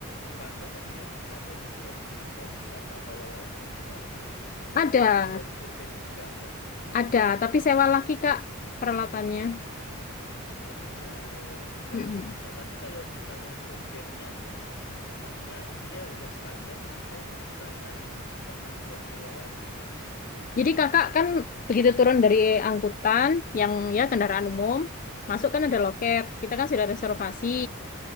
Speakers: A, on the left (about 55°); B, on the left (about 40°).
A: di pantai kan biasanya ada itu ya, apa wisata bawah laut kayak snorkeling.
B: Ada,
A: Itu dari tour guide-nya juga ada.
B: ada, tapi sewa lagi Kak peralatannya.
A: Ah, beda. Nggak
B: Mm-mm.
A: ada itunya. Tapi kalau misalnya tour guide-nya, maksudnya dia udah sekalian atau kita nyari tempat buat sewa lagi gitu.
B: Jadi kakak kan begitu turun dari angkutan yang ya kendaraan
A: Mhm,
B: umum, masuk kan ada loket. Kita kan sudah reservasi.
A: mhm,